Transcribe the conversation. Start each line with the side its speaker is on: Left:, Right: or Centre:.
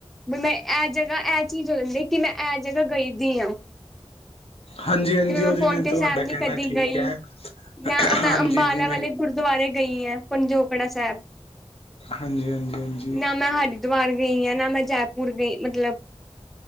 Centre: ਵੀ ਮੈਂ ਇਹ ਜਗ੍ਹਾ ਇਹ ਚੀਜ਼ ਲੈਂਦੇ, ਕਿ ਮੈਂ ਇਹ ਜਗ੍ਹਾ ਗਈਦੀ ਹਾਂ।
Left: ਹਾਂਜੀ ਹਾਂਜੀ
Centre: ਜਿਵੇਂ ਮੈਂ
Left: ਉਹ
Centre: ਪੋਨਟੇ
Left: ਤੁਹਾਡਾ
Centre: ਸਾਹਿਬ ਨੀ
Left: ਕਹਿਣਾ
Centre: ਕਦੀ
Left: ਠੀਕ
Centre: ਗਈ,
Left: ਹੈ
Centre: ਮੈਂ ਮੈਂ
Left: ਹਾਂਜੀ
Centre: ਅੰਬਾਲਾ
Left: ਜਿਵੇਂ
Centre: ਵਾਲੇ ਗੁਰਦੁਆਰੇ ਗਈ ਹੈ ਪੰਜੋਕੜਾ ਸਾਹਿਬ,
Left: ਹਾਂਜੀ ਹਾਂਜੀ ਹਾਂਜੀ
Centre: ਨਾ ਮੈਂ ਹਜ ਦੁਵਾਰ ਗਈ ਆਾਂ, ਨਾ ਮੈਂ ਜੈਪੁਰ ਗਈ ਮਤਲਬ